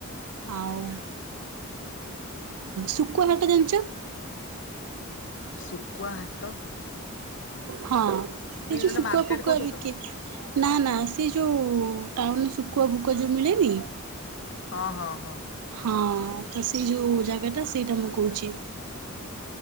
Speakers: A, on the right; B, on the left.
A: ଆଉ ଶକୁଆହାଟ ଜାଣିଛ।
B: ଶୁଖୁଆ ହାଟ
A: ହଁ
B: ନାଇଁ
A: ଏଇ ଯୋଉ
B: ଯୋଉଟା
A: ଶୁଖୁଆ
B: ମାର୍କେଟ
A: ଫୁକୁଆ
B: କହୁଛ
A: ବିକେ,
B: ତ
A: ନା ନା ସେ ଯୋଉ ଟାଉନ ଭୋକ ଭୋକ ଯେଉଁ ମିଳେନି
B: ହଁ ହଁ ହଁ
A: ହଁ ତ ସେଇ ଯୋଉ ଜାଗାଟା ସେଇଟା ମୁଁ କହୁଛି।